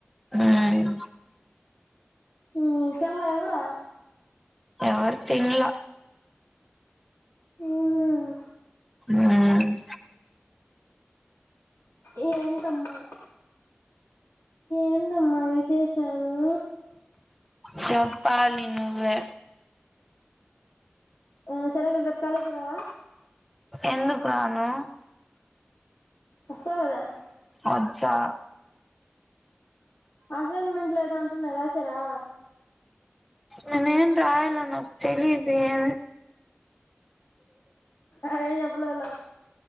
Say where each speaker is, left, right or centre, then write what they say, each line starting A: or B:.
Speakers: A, in the centre; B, on the left.
A: ఉమ్
B: మ్... తిన ఎవరు
A: ఎవరి తినలే
B: ఉహు
A: మ్
B: ఏంటమ్మా ఎందమ్మా విశేషాలు
A: చెప్పాలి నువ్వే
B: ఆ సరే గాని రేపు కాలేజీ కి రావా
A: ఎందుకు రాను
B: వస్తావు కదా
A: వచ్చా
B: అసైన్మెంట్ లేదాంట న్.. రాసారా
A: నేను ఎంరాయలే నాకు తెలీదు ఏ
B: అదే ఏం చెపలేల